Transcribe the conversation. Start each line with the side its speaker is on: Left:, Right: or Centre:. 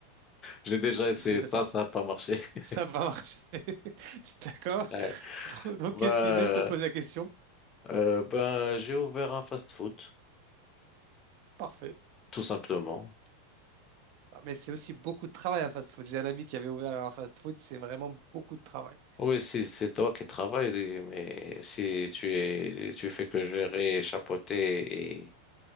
Left: J'ai déjà essayé
Right: je sais
Left: ça,
Right: pas.
Left: ça n'a pas marché. <laughs>
Right: Ça va marcher. <laughs> D'accord.
Left: Ouais.
Right: Donc, donc,
Left: Bah,
Right: qu'est-ce que tu veux? Je te pose la question.
Left: euh, bah, j'ai ouvert un fast-food,
Right: Parfait.
Left: tout simplement.
Right: Ah, Mais c'est aussi beaucoup de travail un fast-food. J'ai un ami qui avait ouvert un fast-food. C'est vraiment beaucoup de travail.
Left: Oui, si c'est toi qui travailles, mais si tu es, tu fais que gérer, chapeauter et